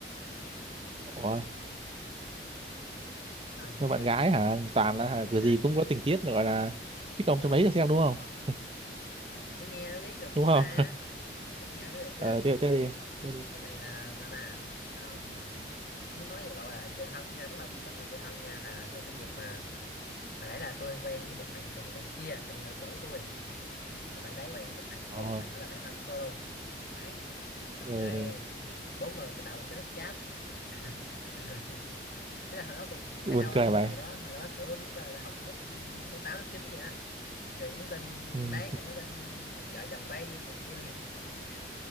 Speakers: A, on the right; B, on the left.
A: ủa
B: Ờ, để
A: mà
B: xem
A: bạn gái hả toàn là
B: ờ,
A: hả,
B: bạn
A: kiểu
B: gái
A: gì cũng có tình tiết gọi là thích ông trong đấy là xem đúng không
B: thì cứ nghe mới biết được
A: <laughs> đúng
B: chứ
A: không
B: ba thì phải nghe mới biết được
A: ờ
B: chứ
A: tiếp tiếp đi tiếp đi
B: thì bạn này là sao ta Ờm, nó nói về bảo là chơi thân nha bắt đầu bắt đầu chơi thân nha là từ cái dịp mà hồi nãy là tôi quen với một bạn bạn bạn kia bạn người yêu cũ tôi và bạn đấy quen với một thằng kia
A: ờ,
B: thằng đó là bạn thân của tôi luôn đấy xong
A: ờ
B: cái bốn người cái tạo một cái group chat <laughs> rồi kiểu thế là hồi đó còn
A: buồn
B: trẻ trâu
A: cười
B: lắm
A: vậy
B: hồi đó hồi đó kiểu lúc là, là học lớp lớp tám lớp chín gì á rồi nhắn tin
A: ừ,
B: trong đấy kiểu
A: <laughs>
B: nhắn tin vợ chồng bay này kia này <laughs>